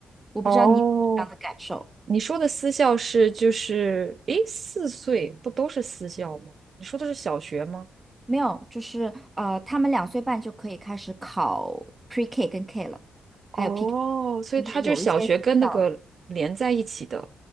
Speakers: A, on the right; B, on the right.
A: 不知道你有这样的感受
B: 哦，你说的私校是就是，诶，四岁不都是私校吗？你说的是小学吗？
A: 没有？就是呃，他们两岁半就可以开始考 Pre K 跟 K 了，
B: 哦，
A: 还有 P K。
B: 所以他就是小学跟那个连在一起的。
A: 就是有一些学校，